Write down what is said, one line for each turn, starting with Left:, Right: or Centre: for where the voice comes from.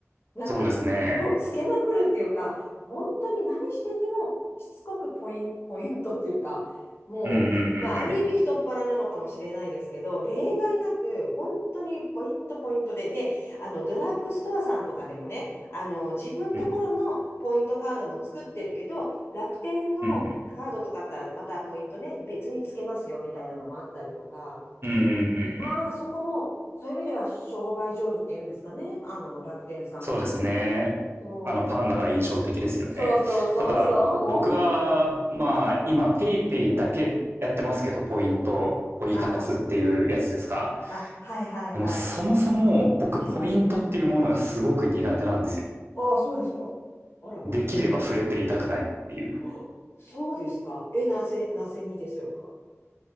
Left: なんか、
Right: そうですね。
Left: もうつけまくるっていうか、本当に何してでもしつこくポイン、ポイントっていうか、もう、
Right: うんうんうん
Left: まあ、ある意味太っ腹なのかもしれないですけど、例外なく、本当にポイント、ポイントで、で、あの、ドラッグストアさんとかでもね、あの、自分ところのポイントカードも作ってるけど、
Right: うん。
Left: 楽天のカードとかあったら、
Right: うんうんうん。
Left: またポイントね、別につけますよ、みたいなのもあったりとか、
Right: うんうんうんうん。
Left: まあ、そこも、そういう意味では商売上手っていうんですかね、あの、楽天さんも。
Right: そうですね。
Left: そう、
Right: あの、パンダが印象的ですよね。
Left: そうそうそうそう、
Right: ただ、
Left: もう。
Right: 僕は、まあ、今、ペイペイだけやってますけど、ポイント、ポイ活っていうやつですか
Left: ああ、あ、はいはいはい。
Right: でも、そもそも僕、
Left: うん。
Right: ポイントっていうものがすごく苦手なんですよ。
Left: ああ、そうですか。あらまあ。
Right: できれば触れていたくないっていう。
Left: あそうですか。え、なぜ、なぜにでしょうか。